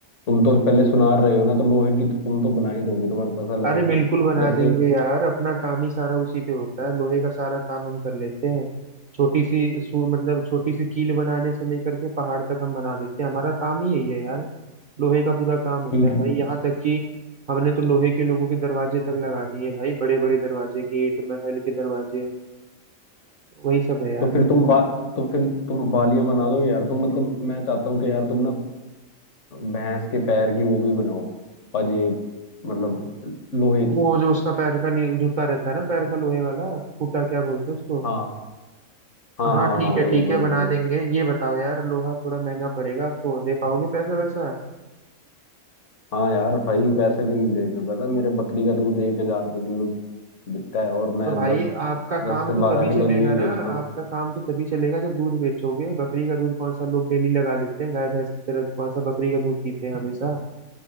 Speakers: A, on the left (about 65°); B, on the right (about 45°).
A: तुम तो पहले सुना रहे हो ना तो लोहे की तो तुम तो बना ही दोगे तुम्हारे पास अलग
B: अरे बिल्कुल बना
A: जैसे
B: देंगे यार अपना काम ही सारा उसी पे होता है लोहे का सारा काम हम कर लेते हैं छोटी सी सु, मतलब छोटी सी कील बनाने से लेकर के पहाड़ तक हम बना देते हैं हमारा काम ही यही है यार लोहे का पूरा काम होता
A: ठीक
B: है
A: है
B: भाई यहाँ तक कि हमने तो लोहे के लोगों के दरवाजे तक लगा दिए हैं भाई बड़े बड़े दरवाजे गेट महल के दरवाजे वही सब है यार
A: तो फिर तुम बा, तो फिर तुम वालियां बना दोगे यार तुम मतलब मैं चाहता हूँ कि यार तुम ना भैंस के पैर की वो भी बनाओ पंजेब मतलब लोहे की
B: वो जो उसका पैर का नी- जूता रहता है ना पैर का लोहे वाला फूटा क्या बोलते हैं उसको
A: हाँ हाँ
B: हाँ
A: हाँ
B: ठीक
A: हाँ
B: है
A: वही
B: ठीक
A: वही
B: है बना
A: वही
B: देंगे ये बताओ यार लोहा थोड़ा महंगा पड़ेगा आपको दे पाओगे पैसा वैसा
A: हाँ यार भाई पैसा क्यों नहीं देगा पता है, मेरे बकरी का दूध एक हजार रुपये किलो बिकता है और मैं
B: तो भाई
A: दस
B: आपका
A: दस
B: काम
A: से
B: तो
A: बारह
B: तभी
A: किलो
B: चलेगा
A: दूध
B: ना
A: बेचता हूँ
B: आपका काम तो तभी चलेगा जब दूध बेचोगे बकरी का दूध कौन सा लोग डेली लगा लेते हैं गाय भैंस की तरह कौन सा बकरी का दूध पीते हैं हमेशा